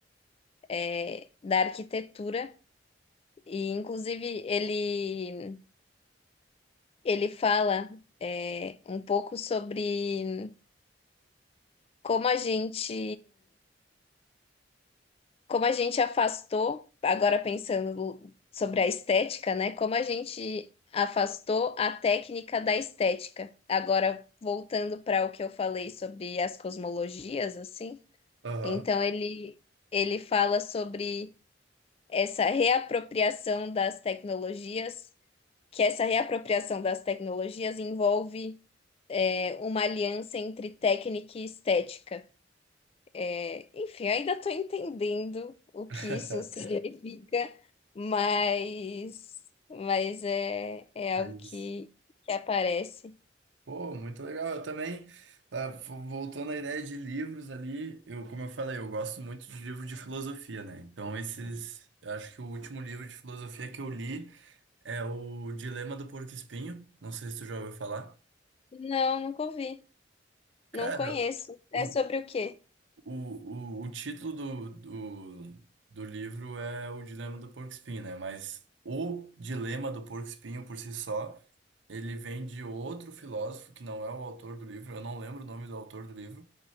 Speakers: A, on the left (about 30°); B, on the right (about 80°).
A: é, da arquitetura e, inclusive, ele, ele fala, é, um pouco sobre como a gente como a gente afastou, agora pensando sobre a estética, né? Como a gente afastou a técnica da estética. Agora, voltando para o que eu falei sobre as cosmologias, assim,
B: Aham.
A: então ele, ele fala sobre essa reapropriação das tecnologias, que essa reapropriação das tecnologias envolve. é, uma aliança entre técnica e estética. É, enfim, ainda estou entendendo o que
B: <laughs>
A: isso significa, mas, mas é, é
B: É
A: algo
B: isso.
A: que, que aparece.
B: Pô, muito legal. Eu também, ah, vo- voltando à ideia de livros ali, eu, como eu falei, eu gosto muito de livro de filosofia, né? Então, Uhum. esses, eu acho que o último livro de filosofia que eu li é o Dilema do Porco-Espinho. Não sei se tu já ouviu falar.
A: Não, nunca ouvi.
B: Cara,
A: Não conheço.
B: o,
A: É sobre o quê?
B: o, o, o título do, do, do livro é O Dilema do Porco-Espinho, né? Mas o Dilema do Porco-Espinho por si só, ele vem de outro filósofo que não é o autor do livro. Eu não lembro o nome do autor do livro.